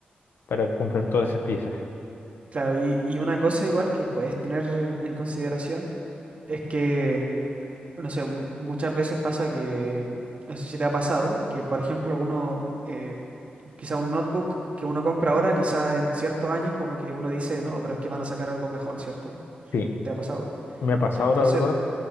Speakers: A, on the left (about 80°); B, on the right (about 40°).
A: para comprar todas esas piezas.
B: Claro, y, y una cosa igual que puedes tener en consideración es que, no sé, mu- muchas veces pasa que, no sé si te ha pasado, que por ejemplo uno, eh, quizá un notebook que uno compra ahora, quizá en ciertos años como que uno dice, no, pero es que van a sacar algo mejor, ¿cierto?
A: Sí,
B: ¿Te ha pasado?
A: me ha pasado
B: Ya, entonces
A: la verdad.